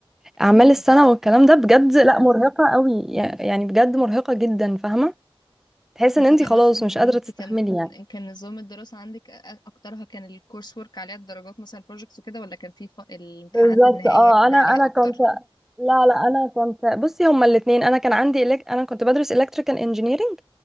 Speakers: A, on the left (about 45°); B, in the centre.
A: كاننا
B: أعمال
A: روبوتات
B: السنة والكلام ده بجد لا مرهقة قوي يع- يعني بجد مرهقة جدا فاهمة تحس
A: انت
B: ان انتي
A: كان
B: خلاص
A: مثلا
B: مش قادرة
A: انت
B: تستحملي
A: كان
B: يعني
A: كان نظام الدراسة عندك أ- اكترها كان الكورس ورك عليها الدرجات مثلا البروجكتس وكده ولا كان في ف... الامتحانات
B: بالظبط
A: النهائية
B: اه
A: كان
B: انا
A: عليها
B: انا
A: اكتر
B: كنت لا لا انا كنت بصي هما الاثنين انا كان عندي إلك... انا كنت بدرس electrical engineering